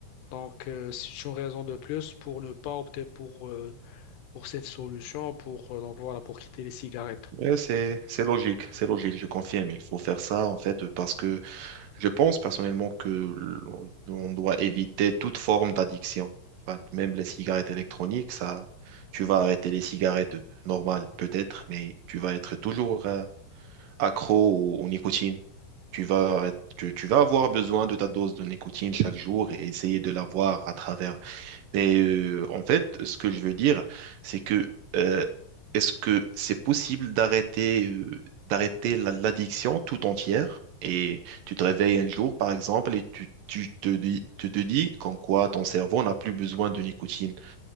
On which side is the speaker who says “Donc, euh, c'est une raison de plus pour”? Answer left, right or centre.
Left